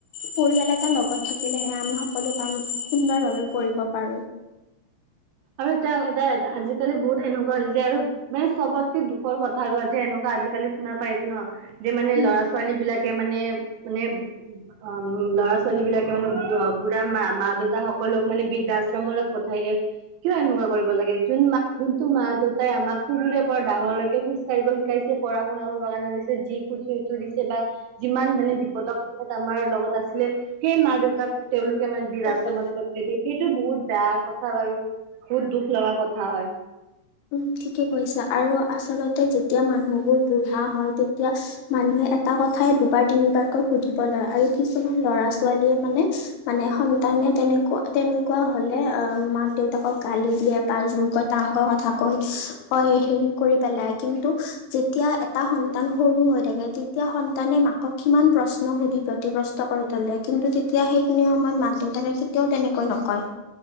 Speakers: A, on the left; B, on the right.
A: পৰিয়াল এটা লগত থাকিলেহে আমি সকলো কাম সুন্দৰ ভাৱে কৰিব পাৰোঁ।
B: আৰু এতিয়া এতিয়া আজিকালি বহুত এনেকুৱা যে, আৰু মানে চবতকে দুখৰ কথা আৰু যে এনেকুৱা আজিকালি শুনা পাইছোঁ ন যে মানে,
A: উম
B: ল'ৰা ছোৱালী বিলাকে মানে মানে, অ' ল'ৰা- ছোৱালী বিলাকে মানে, বুঢ়া মা-মা-দেউতা সকলক মানে বৃদ্ধাশ্ৰম অলৈ পঠাই দিয়ে। কিয় এনেকুৱা কৰিব লাগে, যোন মাক যোনটো মা-দেউতাই আমাক সুৰুৰে পৰা ডাঙৰলৈকে খোজ কাঢ়িব শিকাইছে। পঢ়া শুনা কৰিবৰ কাৰণে কৰিছে। যি <unintelligible> দিছে বা যিমান মানে, বিপদৰ সময়ত আমাৰ লগত আছিলে সেই মা দেউতাক তেওঁলোকে মানে বীৰ আশ্ৰমত
A: হয়।
B: পঠাই দিয়ে। সেইটো বহুত বেয়া কথা বাৰু বুত দুখ লগা কথা হয়।
A: উম্ ঠিকে কৈছা, আৰু আচলতে যেতিয়া মানুহবোৰ বুঢ়া হয়। তেতিয়া মানুহে এটা কথাই দুবাৰ তিনিবাৰকৈ সুধিব লয় আৰু কিছুমান ল'ৰা ছোৱালীয়ে মানে মানে সন্তানে তেনেক তেনেকুৱা হ'লে আহ মাক দেউতাকক গালি দিয়ে বা জোৰকৈ টানকৈ ক কথাকৈ ক হেৰি কৰি পেলাই। কিন্তু যেতিয়া এটা সন্তান সৰু হৈ থাকে। <unintelligible> তেতিয়া সন্তানে মাকক কিমান প্ৰশ্ন সুধি ব্যতিব্ৰস্ত কৰি তোলে। কিন্তু তেতিয়া সেইখিনি সময়ত মাক দেউতাকে তেওঁ তেনেকৈ নকয়।